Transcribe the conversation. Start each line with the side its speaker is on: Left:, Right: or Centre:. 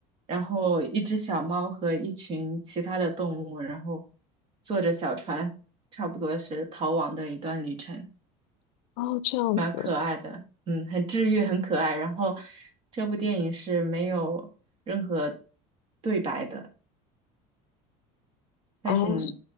Right: 然后一只小猫和一群其他的动物，然后坐着小船，差不多是逃亡的一段旅程，
Left: 哦，这样子，
Right: 蛮可爱的，嗯，很治愈，很可爱。然后这部电影是没有任何对白的，但是你
Left: 哦，